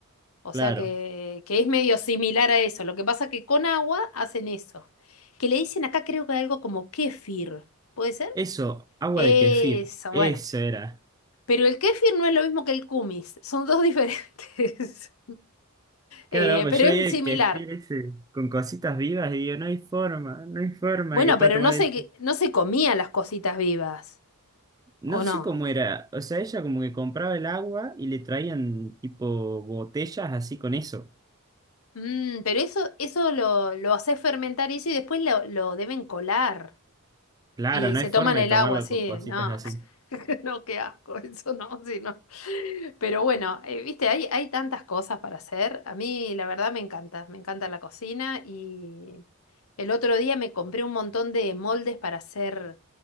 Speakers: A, on the left; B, on the right.
A: O
B: Claro.
A: sea que, que es medio similar a eso. Lo que pasa es que con agua hacen eso. Que le dicen acá creo que algo como kéfir. ¿Puede ser?
B: Eso, agua
A: Eso,
B: de kefir.
A: bueno.
B: Eso era.
A: Pero el kéfir no es lo mismo que el kumis. Son dos <laughs> diferentes.
B: Claro,
A: Eh,
B: pues
A: pero
B: yo
A: es
B: vi el
A: similar.
B: kefir ese con cositas vivas y digo, no hay forma, no hay forma
A: Bueno,
B: de que pueda
A: pero
B: tomar
A: no se,
B: eso.
A: no se comían las cositas vivas.
B: No
A: ¿O
B: sé
A: no?
B: cómo era, o sea, ella como que compraba el agua y le traían tipo botellas así con eso.
A: Mm, pero eso, eso lo, lo hace fermentar eso y después lo, lo deben colar.
B: Claro,
A: Y
B: no
A: se
B: hay forma
A: toman el
B: de tomarlo
A: agua, sí,
B: con cositas
A: no.
B: así.
A: <laughs> No, qué asco, <laughs> eso no, sí, no. Pero bueno, eh, viste, hay, hay tantas cosas para hacer. A mí, la verdad, me encanta, me encanta la cocina y el otro día me compré un montón de moldes para hacer